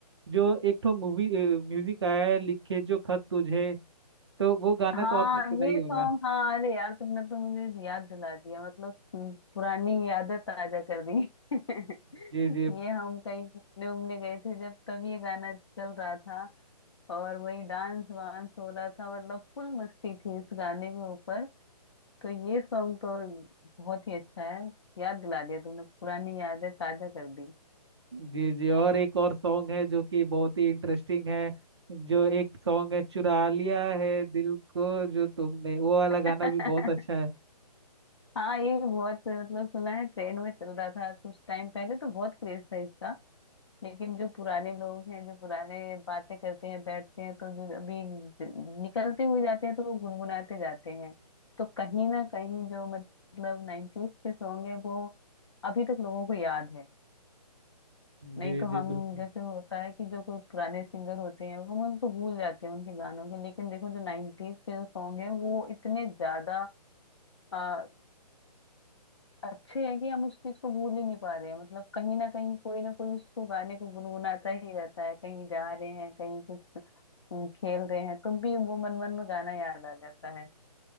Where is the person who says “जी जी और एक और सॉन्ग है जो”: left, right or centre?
Right